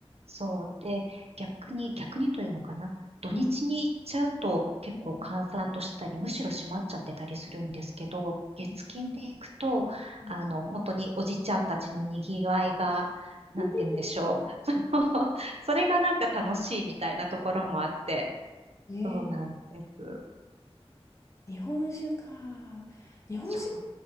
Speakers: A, on the right (about 70°); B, on the left (about 30°).
A: そう。で、逆に、逆にというのかな。土日に行っちゃうと結構閑散としてたり、
B: うん、うん、
A: むしろ閉まっちゃってたりするんですけど、月金で行くと、
B: うん、うん。
A: あの、本当におじちゃんたちのにぎわいが、なんて言うんでしょう。
B: <laughs>
A: <laughs> それがなんか楽しいみたいなところもあって。
B: ね
A: そうなんです。
B: 日本酒か。日本酒っ
A: そう